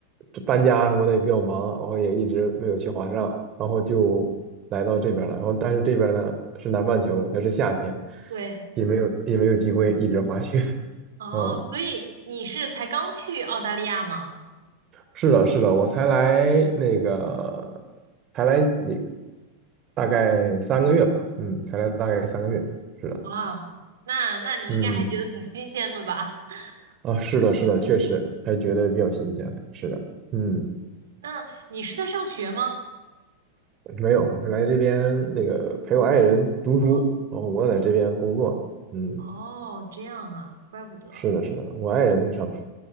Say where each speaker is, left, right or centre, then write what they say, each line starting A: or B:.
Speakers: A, on the right; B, on the right.
A: 这搬家什么的也比较忙，然后也一直没有去华上，然后就来到这边了。然后但是这边呢是南半球，它是夏天，
B: 对，
A: 也没有也没有机会一直滑雪。<laughs>
B: 哦，
A: 嗯，
B: 所以你是才刚去澳大利亚吗？
A: 是的，是的，我才来那个，才来那大概三个月吧，嗯，才来大概三个月，是的，
B: 哇，那那你应该还觉得挺新鲜的吧？
A: 嗯，
B: <laughs>
A: 啊，是的，是的，确实还觉得比较新鲜的，是的，嗯，
B: 那你是在上学吗？
A: 没有，我是来这边那个陪我爱人读书，
B: 工作。哦
A: 然后我在这边工作，嗯，
B: 哦，这样啊，怪不得。
A: 是的，是的，我爱人在上学，